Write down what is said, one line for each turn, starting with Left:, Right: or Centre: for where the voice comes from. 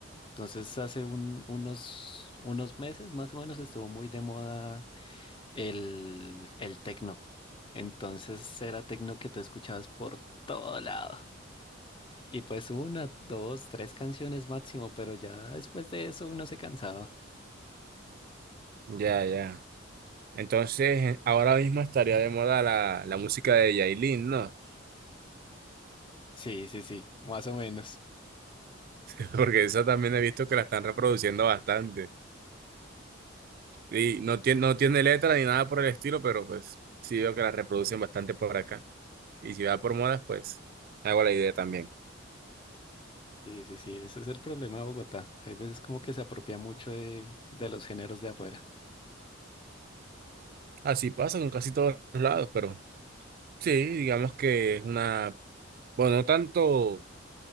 Left: Entonces hace un- unos, unos meses más o menos estuvo muy de moda el, el tecno. Entonces era tecno que tú escuchabas por todo lado. Y pues una, dos, tres canciones máximo, pero ya después de eso uno se cansaba.
Right: Ya, ya. Entonces, ahora mismo estaría de moda la, la música de Yailin, ¿no?
Left: Sí, sí, sí, más o menos.
Right: <laughs> Porque esa también he visto que la están reproduciendo bastante. Y no tiene, no tiene letra ni nada por el estilo, pero pues sí veo que la reproducen bastante por acá. Y si va por modas, pues hago la idea también.
Left: Sí, sí, sí, ese es el problema de Bogotá. Hay veces como que se apropia mucho de, de los géneros de afuera.
Right: Así pasa con casi todos lados, pero sí, digamos que es una, bueno, no tanto,